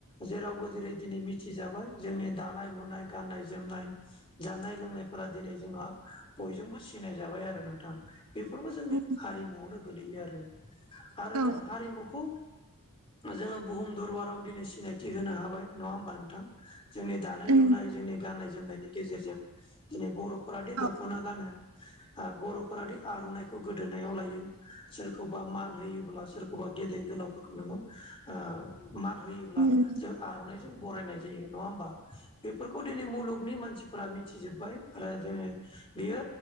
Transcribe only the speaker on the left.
जेरावबो जेरै दिनै मिथिजाबाय जोंनि दानाय लुनाय गाननाय-जोमनाय जानाय लोंनायफोरा दिनै जोंहा बयजोंबो सिनाय जाबाय आरो नोंथां। बेफोरबो जोंनि
हारिमुआवनो गोलैयो आरो आरो
जों हारिमुखौ जोङो बुहुम दरबाराव दिनै सिनायथि होनो हाबाय नङा होमबा नोंथां। जोंनि दानाय-लुनाय
जोंनि गाननाय-जोमनायनि गेजेरजों दिनै बर'फोरादि
दख'ना गानो। ओ बर'फोरादि आर'नाइखौ गोदोनायाव लायो सोरखौबा मान होयोब्ला सोर अबबा गेदेर गोलावफोरखौ नोङो ओ मान होयोब्ला
जों आर'नाइजों बरायनाय जायो नङा होमबा? बेफोरखौ दिनै मुलुगनि मानसिफोरा मिथिजोब्बाय आरो जोङो बियो